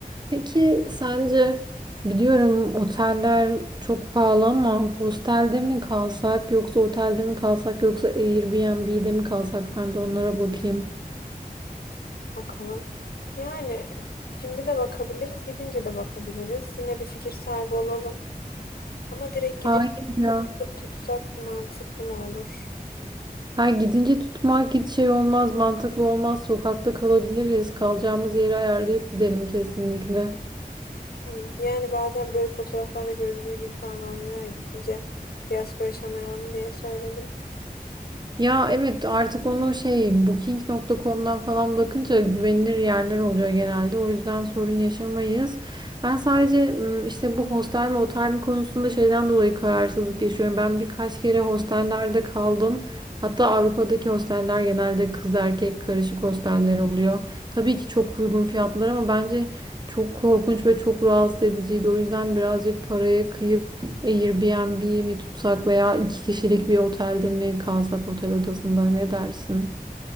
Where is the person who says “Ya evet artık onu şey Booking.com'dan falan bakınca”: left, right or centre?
Right